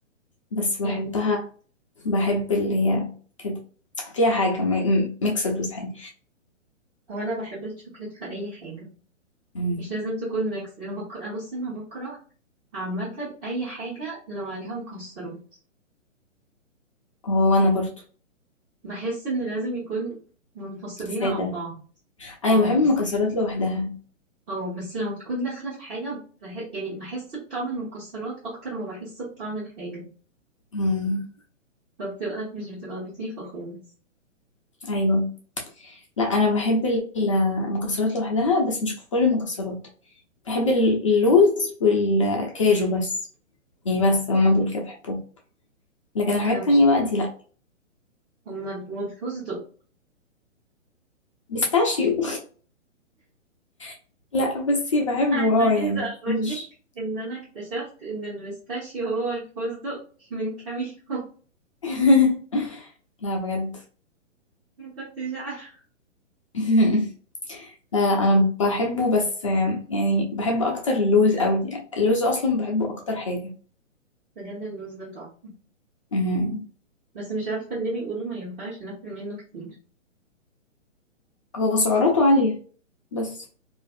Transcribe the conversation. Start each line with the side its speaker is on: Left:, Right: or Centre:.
Left: بس بحبها
Right: يعني
Left: بحب اللي هي كده فيها حاجه ميكسد بس حاجه
Right: هو انا بحب الشوكليت في اي حاجه
Left: مم.
Right: مش لازم تكون ميكس انا بكره بص انا بكره عامه اي حاجه لو عليها مكسرات
Left: هو انا برضو
Right: بحس ان لازم يكون منفصلين
Left: ساده
Right: عن بعض
Left: ايوه
Right: اه
Left: بحب المكسرات
Right: بس
Left: لوحدها
Right: اه بس لما بتكون داخله في حاجه بح... يعني بحس بطعم المكسرات اكتر ما بحس بطعم الحاجه
Left: مم.
Right: فبتبقى مش بتبقى لطيفه خالص
Left: ايوه لا انا بحب ال- المكسرات لوحدها بس مش كل المكسرات بحب ال- اللوز والكاجو بس يعني بس هما دول كده بحبهم لكن الحاجات
Right: انا
Left: التانية
Right: مش
Left: بقى دي لا
Right: هما دول فستق
Left: بيستاشيو <laughs> لا بصي بحبه
Right: انا
Left: اه يعني
Right: عايزه اقول
Left: مش
Right: لك ان انا اكتشفت ان البيستاشيو هو الفستق من كام يوم
Left: <laughs> لا بجد
Right: <laughs> ما كنتش عارفه
Left: <laughs> لا لا انا بحبه بس يعني بحب اكتر اللوز قوي اللوز اصلا بحبه اكتر حاجة
Right: بجد اللوز ده تحفه
Left: مهم.
Right: بس مش عارفه اللي بيقولوا ما ينفعش ناكل منه كتير
Left: هو سعراته عالية بس